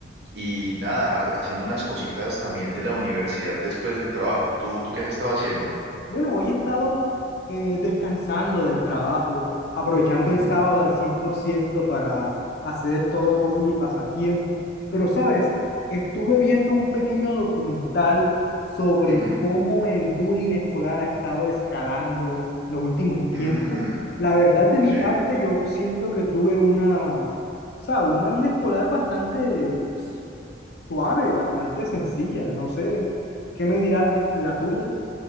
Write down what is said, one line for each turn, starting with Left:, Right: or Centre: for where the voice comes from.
Right: y nada, ha- haciendo unas cositas también de la universidad después del trabajo. ¿Tú, tú qué has estado haciendo?
Left: Bueno, hoy he estado eh, descansando del trabajo, aprovechando
Right: Ujú,
Left: el sábado al 100% para hacer todos hobbies y pasatiempos. Pero, ¿sabes? Estuve viendo un pequeño documental sobre
Right: ujú,
Left: cómo el bullying escolar ha estado escalando en los últimos tiempos.
Right: mm,
Left: La verdad, de mi
Right: sí.
Left: parte, yo siento que tuve una, o sea, una vida escolar bastante suave, bastante sencilla. No sé, ¿qué me dirás la tuya?